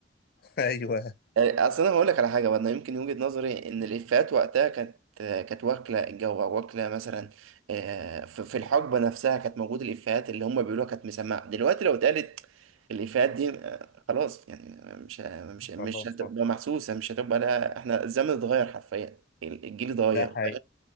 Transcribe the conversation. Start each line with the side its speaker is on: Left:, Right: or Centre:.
Left: <laughs> ايوه
Right: آه، اصل انا هقول لك على حاجه بقى انا يمكن وجهه نظري ان الافيهات وقتها كانت كانت واكله الجو أو واكله مثلا آه، في في الحقبه نفسها كانت موجوده الافيهات اللي هم بيقولوها كانت مسمعه دلوقتي لو اتقالت الافيهات دي آه، خلاص يعني مش ه- مش مش
Left: والله
Right: هتبقى
Left: صح
Right: محسوسه مش هتبقى لا احنا الزمن اتغير حرفيا الجيل اتغير
Left: ده حقيقي